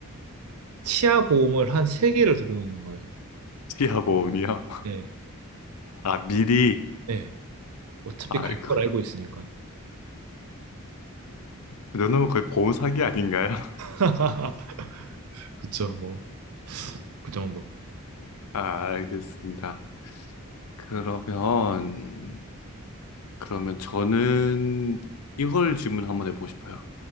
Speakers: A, on the right; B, on the left.
A: 치아 보험을 한 세개를 들어놓는 거예요.
B: 치아보험이요?
A: 네.
B: <laughs> 아, 미리.
A: 네. 어차피
B: 아,
A: 갈
B: 그-
A: 걸 알고 있으니까.
B: 그 정도면 거의 보험 사기 아닌가요? <laughs>
A: <laughs> 그쵸, 뭐. 그 정도.
B: 아, 알겠습니다. 그러면, 그러면 저는 이걸 질문 한번 해보고 싶어요.